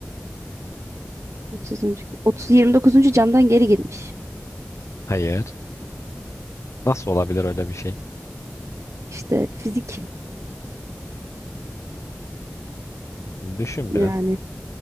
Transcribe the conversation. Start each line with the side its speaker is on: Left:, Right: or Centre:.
Right: Otuzuncu, otuz yirmi dokuzuncu camdan geri girmiş.
Left: Hayır. Nasıl olabilir öyle bir şey?
Right: İşte fizik
Left: Düşün
Right: yani.
Left: biraz.